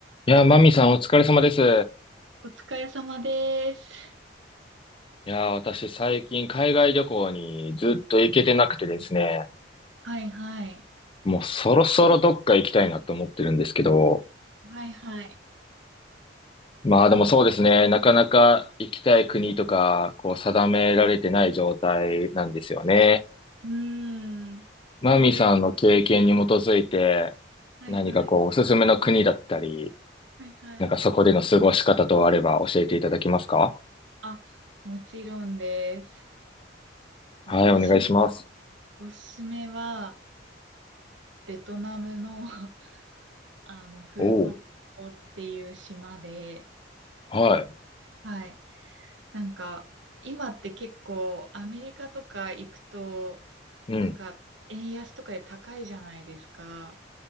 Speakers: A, on the left; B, on the right.
A: いやー、マミさんお疲れ様です。い
B: お疲れ様です。
A: やー、私最近海外旅行にずっと行けてなくてですね、
B: はいはい。
A: もうそろそろどっか行きたいなと思ってるんですけど、
B: はいはい。
A: まあでもそうですね、なかなか行きたい国とか、こう定められてない状態なんですよね。
B: うーん。
A: マミさんの経験に基づいて、
B: えー、はいはい。
A: 何かこうおすすめの国だったり、
B: はいはい。
A: なんかそこでの過ごし方とあれば教えていただけますか
B: あ、もちろんです。私、
A: はい、お願いします。
B: おすすめは、ベトナムの、<laughs> あの、フーコットっていう島で、
A: おー、はい、
B: はい。なんか、今って結構、アメリカとか行くと、
A: うん、
B: なんか、円安とかで高いじゃないですか。